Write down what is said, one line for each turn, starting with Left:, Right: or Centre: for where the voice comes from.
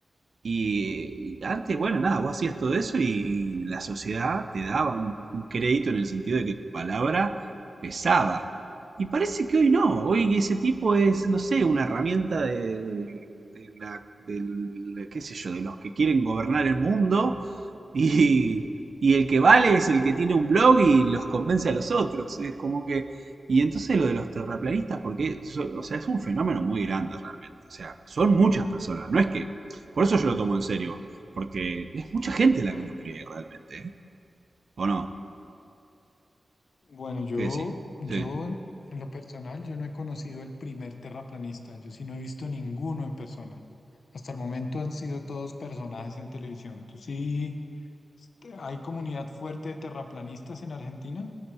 Right: y, y antes, bueno, nada, vos hacías todo eso y, y la sociedad te daba un, un crédito en el sentido de que tu palabra pesaba. Y parece que hoy no, hoy ese tipo es, no sé, una herramienta de, de la, del, qué sé yo, de los que quieren gobernar el mundo y, y el que vale es el que tiene un blog y los convence a los otros. Es como que... Y entonces lo de los terraplanistas, porque, eso- o sea, es un fenómeno muy grande realmente. O sea, son muchas personas, no es que por eso yo lo tomo en serio, porque es mucha gente la
Left: Ujú.
Right: que lo cree realmente, ¿eh? ¿O no?
Left: Bueno, yo,
Right: ¿Qué decís?
Left: yo
Right: Sí.
Left: en lo personal, yo no he conocido el primer terraplanista. Yo sí no he visto ninguno en persona. Hasta el momento han sido todos personajes en televisión. ¿Tú sí? Este, ¿Hay comunidad fuerte de terraplanistas en Argentina?